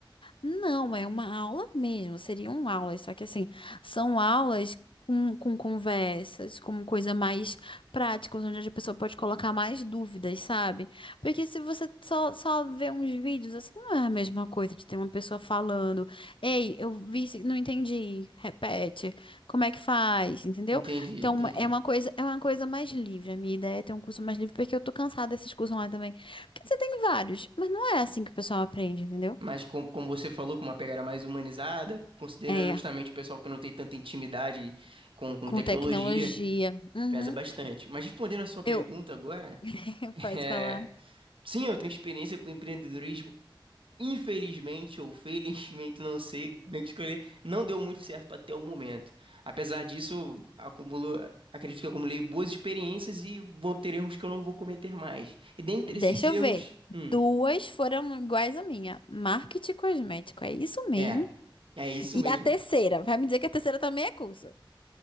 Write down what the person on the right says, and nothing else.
Entendi,
entendi.
Mas com- como você falou, com uma pegada mais humanizada, considerando
justamente o pessoal que não tem tanta intimidade com, com
tecnologia,
pesa bastante. Mas respondendo a sua pergunta
agora,
<laughs>
é,
sim, eu tenho experiência com empreendedorismo Infelizmente ou felizmente, <laughs> não sei como é que escolher, não deu muito certo até o momento. Apesar disso, acumulo, acredito que acumulei boas experiências e vou ter erros que eu não vou cometer mais. E dentre
esses erros,
hum,
é, é isso
mesmo.